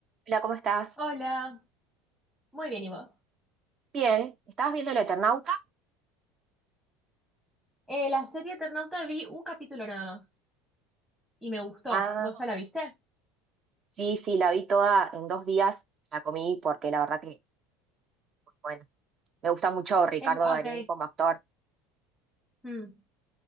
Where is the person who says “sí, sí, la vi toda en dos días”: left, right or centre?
Right